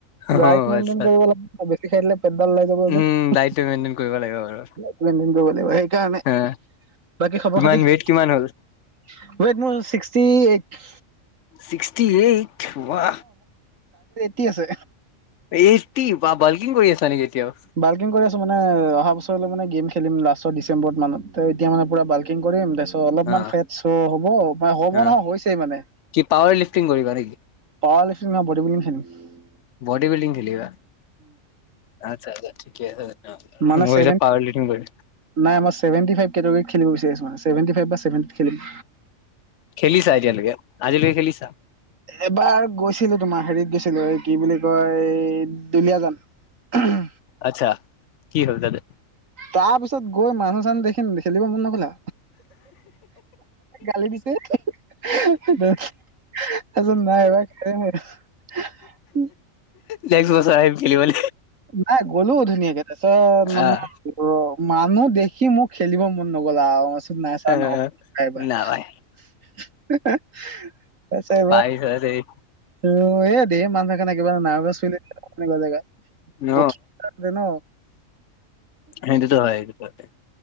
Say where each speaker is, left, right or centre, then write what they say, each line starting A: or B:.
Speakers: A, on the left; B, on the right.
A: অ
B: দাইট মেইনটেইন
A: আচ্ছা
B: কৰিব লাগিব বেছি খাই দিলে। পেটডালওলাই যাব
A: উম
B: যে <unintelligible>
A: ডাইটটো মেইনটেইন কৰিব লাগিব বাৰু
B: কৰিব লাগিব সেইকাৰণে।
A: হা
B: বাকী খবৰ
A: কিমান
B: খাতি ওৱেট
A: ৱেইট কিমান হ'ল
B: মোৰ ছিক্সটি এইট।
A: ছিক্সটি এইট বা।
B: তি আছে।
A: এফটি বা বাল্কিং কৰি আছা নেকি! এতিয়াও
B: বাল্কিং কৰি আছো মানে অহা বছৰলৈ মানে গেম খ খেলিম লাষ্টৰ ডিচেম্বৰ মানত এতিয়া মানে পোৰা বাল্কিং কৰিম তাৰপাছত অলপমান
A: অ
B: ফেট চ হ'ব ম হ'ব
A: অ
B: নহয় হৈছেই মানে।
A: কি পাৱাৰ লিফটিং কৰিবা নেকি
B: পাৱাৰ লিফটিং নহয় body building lifting.
A: Body building খেলিবা আচ্ছা আচ্ছা ঠিকে আছে।
B: মানে
A: মই ভাবিছো
B: ছেভেন
A: পাৱাৰ লিটিং কৰিব।
B: নাই মই ছেভেনটি ফাইভ কেটাগিৰীত খেলিব বিচাৰিছো নাই মই ছেভেনটি ফাইভ বা ছেভেন কিয় খেলিম।
A: খেলিছা এতিয়ালৈকে আজিলৈকে খেলিছা?
B: এবাৰ গৈছিলো তোমাৰ হেৰিত গৈছিলো এই কি বুলি কয় দুলিয়াজান। উম।
A: আচ্ছা, কি হ'ল তাতে।
B: তাৰ পিছত গৈ মানুহ চানুহ দেখি খেলিব মন নগলে। গালি দিছে সেটো। আচোন <unintelligible>
A: নেক্সট বছৰ আহিম খেলিবলৈ।
B: নাই গ'লো ধুনীয়াকে, তাৰ পিছত মানে
A: আহ
B: মানুহ দেখি মোক। খেলিব মন নগ'ল আৰুচোন নাই চাৰ
A: আহ
B: নহ'ব বাই বাই।
A: নাপাই
B: কৈছে
A: পাৰিছত এই
B: অ' এ টো ধেই মানুহথাকে খেটোকাৰণে কিবা নাৰ্ভাছ তেনেকুৱা জেগাত।
A: ন
B: প্ৰথম বাৰতে ন
A: সেইটোতো হয় সেইটোত।